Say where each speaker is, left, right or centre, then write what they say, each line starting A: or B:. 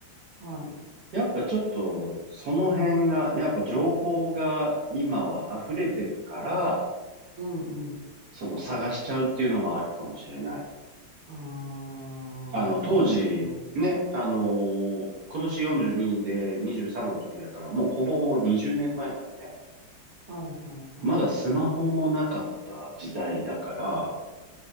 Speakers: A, on the right (about 20°); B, on the right (about 60°).
A: はい。
B: やっぱちょっとその辺が、やっぱ情報が今は溢れてるから、
A: うんうん。
B: その探しちゃうっていうのもあるかもしれない。
A: ああ、
B: あの、
A: なるほど。
B: 当時、ね、あのー今年42で23の時だから、もうほぼほぼ20年前なのね。
A: はいはいはい。
B: まだスマホもなかった時代だから、